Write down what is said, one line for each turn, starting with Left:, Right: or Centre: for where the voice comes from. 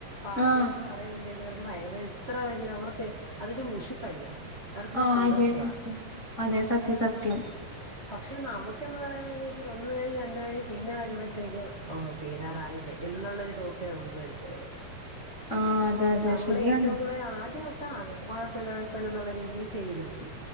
Right: പാചകംന്ന്
Left: ആഹ്
Right: പ <unintelligible> ഇത്ര വല അവർക്ക് അതൊരു മുഷിപ്പല്ല. അവർക്ക്
Left: ആ
Right: സന്തോഷവാ
Left: അതെ സത്യം അതെ സത്യം സത്യം.
Right: പക്ഷെ നമകെന്ന് പറയുംപോത്തേക്കും ഒന്ന് കയ്ഞ്ഞ് രണ്ട് കയ്ഞ്ഞ് പിന്നെ വരുമ്പോഴേ തെക്കും ഓ തീരാറായില്ലേ എന്നുളെളാരു ടോക്കെ നമക്ക് വരതൊള്ളൂ.
Left: ആഹ് അതെ അതെ
Right: നമ്മളെ
Left: ശരിയാണത്
Right: ഏറ്റവും കൂടുതൽ ആദ്യം <unintelligible> കുഴപ്പല്ല കുഴപ്പല്ലന്ന്ള്ള രീതിയിൽ ചെയ്ത് പോയ്